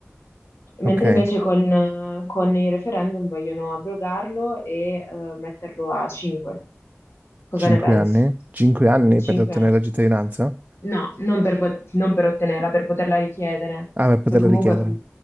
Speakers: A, on the left; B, on the right.
A: Mentre
B: Ok,
A: invece con, con il referendum vogliono abrogarlo e eh, metterlo a 5. Cosa
B: 5
A: ne pensi?
B: anni? 5 anni
A: 5
B: per ottenere
A: anni.
B: la cittadinanza?
A: No, non per, pot- non per ottenerla, per poterla richiedere.
B: Ah, per poterla
A: Poi comunque
B: richiedere.
A: com-